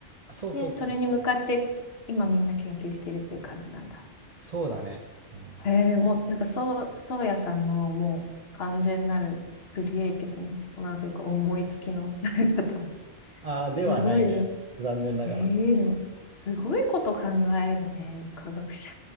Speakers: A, on the right (about 50°); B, on the left (about 60°).
A: そうそうそうそう。
B: で、それに向かって、今みんな研究しているっていう感じなんだ。
A: そうだね。うん。
B: へえ、もう、なんか、そう、そうやさんの、もう、完全なる、クリエイティブなというか、思いつきの、誰かと。
A: ああ、
B: すごいね。
A: ではないね。残念ながら。
B: ええでも、すごいこと考えるね、科学者。